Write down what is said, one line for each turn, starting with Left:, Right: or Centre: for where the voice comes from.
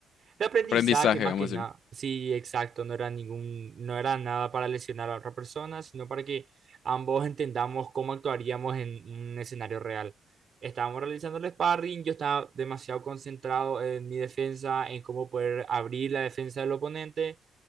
Right: de aprendizaje
Left: Aprendizaje,
Right: más
Left: vamos
Right: que nada.
Left: a decir.
Right: Sí, exacto, no era ningún, no era nada para lesionar a otra persona, sino para que ambos entendamos cómo actuaríamos en un escenario real. Estábamos realizando el sparring, yo estaba demasiado concentrado en mi defensa, en cómo poder abrir la defensa del oponente